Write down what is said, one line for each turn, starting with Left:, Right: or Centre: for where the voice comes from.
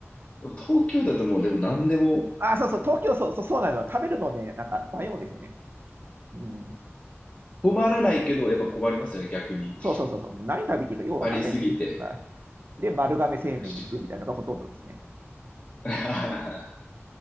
Left: も東京だともうでも何でも
Right: あ、そうそう、東京、そう、そう、そうなの。食べるのね、なんか、迷うんですよね。うん。
Left: 困らないけど、やっぱ困りますよね、逆に。
Right: そうそうそう、そう。もう何食べていいかようわかんないってね。
Left: ありすぎて。
Right: はい。で、丸亀製麺に行くみたいなのがほとんどですね。
Left: 確か